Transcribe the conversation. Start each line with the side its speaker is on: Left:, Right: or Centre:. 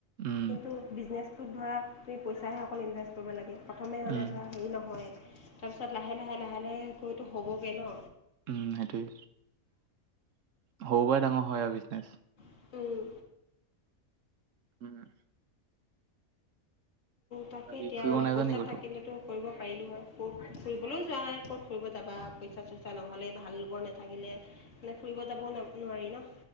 Right: উম
Left: কিন্তু বিজনেছটোত ধৰা তুমি পইচাহে অকল ইনভেষ্ট কৰিব লাগে, প্ৰথমে মানে
Right: উম
Left: ধৰা হেৰি নহয় তাৰপিছত লাহে-লাহে লাহে-লাহে কৈতো হ'বগৈ ন।
Right: উম সেইটোৱে। সৰু পৰাই ডাঙৰ হয় আৰু বিজনেছ।
Left: ন
Right: উম।
Left: তাকে
Right: বাকী
Left: এতিয়া
Right: ফুৰিব
Left: মানে,
Right: নাযাওঁ
Left: পইচা
Right: নি ক'তো
Left: থাকিলেতো কৰিব পাৰিলো হয়, ক'ত ফুৰিবলৈও যোৱা নাই, ক'ত ফুৰিব যাবা, পইচা-চইচা নহলে, ভাল লগৰ নাথাকিলে মানে ফুৰিব যাবও ন নোৱাৰি ন।